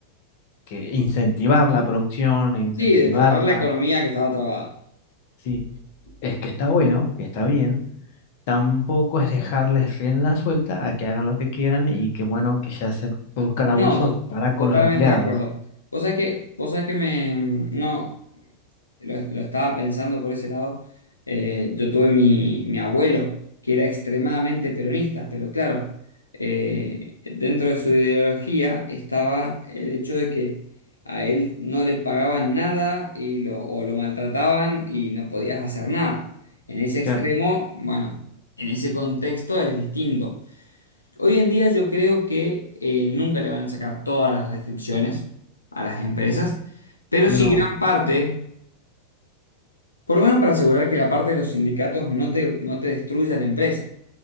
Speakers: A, on the left; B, on the left.
A: que incentivar la producción, e incentivarla,
B: Sí, destrabar la economía que estaba trabada.
A: sí, es que está bueno, que está bien Tampoco es dejarles rienda suelta a que hagan lo que quieran y que bueno, que ya se produzcan abusos
B: No, to-
A: para con
B: totalmente
A: los empleados.
B: de acuerdo. Vos sabés que, vos sabés que me, mm, no, lo, lo estaba pensando por ese lado. Eh, yo tuve mi, mi abuelo, que era extremadamente peronista, pero claro, eh, dentro de su ideología estaba el hecho de que a él no le pagaban nada y lo, o lo maltrataban y no podías hacer nada. En ese extremo,
A: Claro,
B: bueno, en ese contexto es distinto. Hoy en día yo creo que eh, nunca le van a sacar todas las restricciones a las empresas, pero
A: no.
B: sí gran parte por lo menos para asegurar que la parte de los sindicatos no te, no te destruya la empresa,